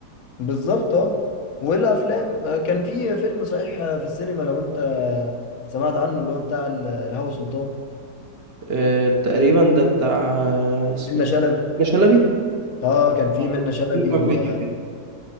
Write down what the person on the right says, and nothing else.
آه، تقريبا ده بتاع آه، اسمه
إيه؟ شلبي
آه،
كنت شفت
له
كام فيديو كده